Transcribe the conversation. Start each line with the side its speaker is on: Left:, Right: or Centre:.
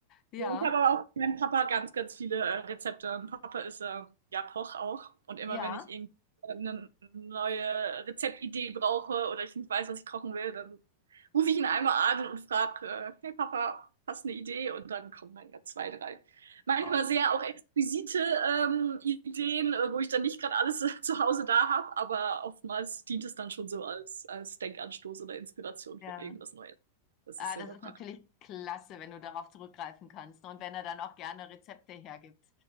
Left: Ja,
Right: Ich habe aber auch von meinem Papa ganz, ganz viele äh, Rezepte. Mein Papa ist äh, ja Koch auch. Und immer
Left: ja.
Right: wenn ich irgendwie äh, eine neue Rezeptidee brauche oder ich nicht weiß, was ich kochen will, dann rufe ich ihn einmal an und frage, äh, hey Papa, hast du eine Idee? Und dann kommen dann ja zwei, drei. Manchmal
Left: Toll.
Right: sehr auch exquisite ähm, Ideen, äh, wo ich dann nicht gerade alles <laughs> zu Hause da habe, aber oftmals dient es dann schon so als, als Denkanstoß oder Inspiration für
Left: Ja.
Right: irgendwas Neues. Das
Left: Ah,
Right: ist sehr,
Left: das
Right: sehr
Left: ist
Right: praktisch.
Left: natürlich klasse, wenn du darauf zurückgreifen kannst und wenn er dann auch gerne Rezepte hergibt.